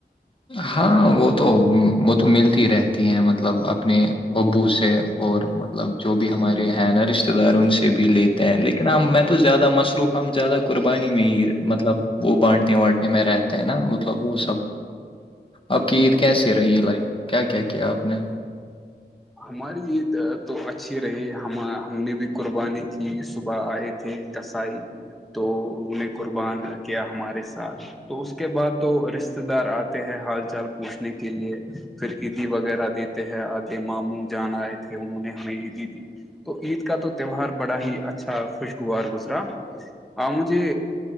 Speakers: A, on the left; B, in the centre.
A: ہاں وہ تو وہ تو ملتی رہتی ہیں مطلب اپنے ابو سے اور مطلب جو بھی ہمارے ہیں نا رشتے دار ان سے بھی لیتے ہیں لیکن کہ ن میں تو زیادہ مصروف ہ ہم زیادہ قربانی میں ہی مطلب وہ بانٹیں بانٹتے میں رہتے ہیں نا مطلب وہ سب آپ کی عید کیسی رہی لائک کیا کیا کیا آپ نے
B: ہماری عید تو اچھی رہی ہم ہم نے بھی قربانی کی صبح آئے تھے تسائی تو انہوں نے قربان کیا ہمارے ساتھ تو اس کے بعد تو رشتے دار آتے ہیں حال چال پوچھنے کے لیے پھر عیدی وغیرہ دیتے ہیں آتے ماموں جان آئے تھے انہوں نے ہمیں عیدی دی تو عید کا تو تہوار بڑا ہی اچھا خوشگوار گزرا آاں مجھے